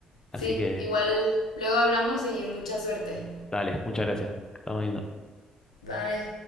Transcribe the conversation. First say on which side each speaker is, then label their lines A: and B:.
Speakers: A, on the left (about 20°); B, on the left (about 85°).
A: Así
B: Sí,
A: que,
B: igual luego hablamos y mucha suerte.
A: dale, muchas gracias. Estamos viendo.
B: Bye.